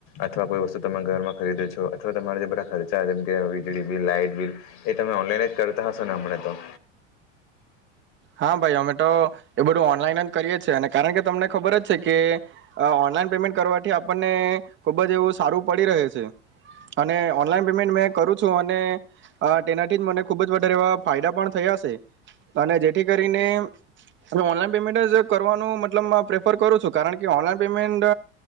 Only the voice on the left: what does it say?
અથવા કોઈ વસ્તુ તમે ઘરમાં ખરીદો છો અથવા તમારા જે બધા ખર્ચા કે વીજળી બિલ લાઈટ બિલ એ તમે ઓનલાઈન જ કરતા હશેો ને હમ તો